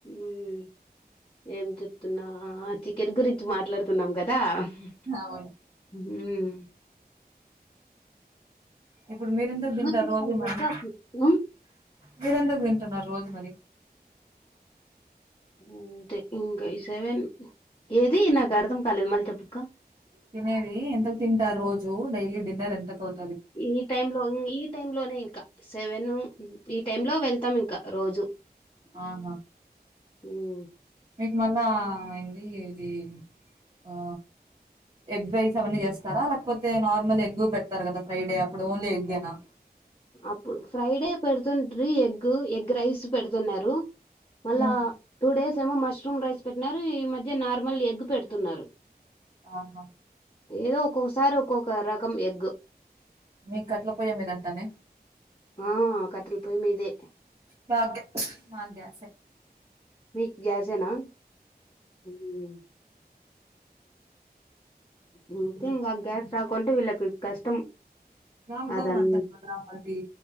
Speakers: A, on the left; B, on the right.
A: ఊమ్ ఏం చెప్తున్నా చికెన్ గురించి మాట్లాడుతున్నాం కదా హ
B: అవును
A: ఊహ్మ్
B: ఇప్పుడు మీరెందుకు తింటారు
A: గుర్తు
B: రోజు
A: సంక్రాంతి
B: మళ్ళీ
A: అప్పుడు ఉమ్,
B: మీరెందుకు తింటున్నారు రోజు అ మరి
A: అంటే ఇంకా ఈ సెవెన్ ఏది నాకు అర్థం కాలేదు మళ్ళీ చెప్పుక్క
B: తినేది ఎంతకు తింటారు రోజు డైలీ డిన్నర్ ఎంతకు అవ్
A: ఈ టైం లో ఈ టైం లోనే ఇంకా సెవెను ఈ టైమ్ లో వెళ్తాం ఇంకా రోజు
B: ఆహా
A: ఉం
B: మీకు మళ్ళ ఆ ఇది ఇది ఆ ఎగ్ రైస్ అవన్నీ చేస్తారా లేకపోతే నార్మల్ ఎగ్ పెడతారు కదా ఫ్రైడే అప్పుడు ఓన్లీ ఎగ్గేనా
A: అప్పుడు ఫ్రైడే పెడుతుంటీ ఎగ్ ఎగ్ రైస్ పెడుతున్నారు అళ
B: ఉమ్
A: టూ డేస్ ఏమో మష్రూమ్ రైస్ పెట్టిన ఈ మధ్య నార్మల్ ఎగ్ పెడుతున్నారు
B: ఆహా
A: ఏదో ఒక్కొక్కసారి ఒక్కొక్క రకం ఎగ్
B: మీకు అట్ల పోయా మీదంటానే
A: ఆ కటలు పోయ్యమదే
B: భా గ్యా మా గ్యాసే
A: మిక్ గ్యాసేనా హు హుమ్
B: ఉమ్
A: ముఖ్యంగా గ్యాస్ రాకుంటే వీళ్ళకి కష్టం
B: లాక్
A: అదన్
B: డౌన్ అంటా. కదా అది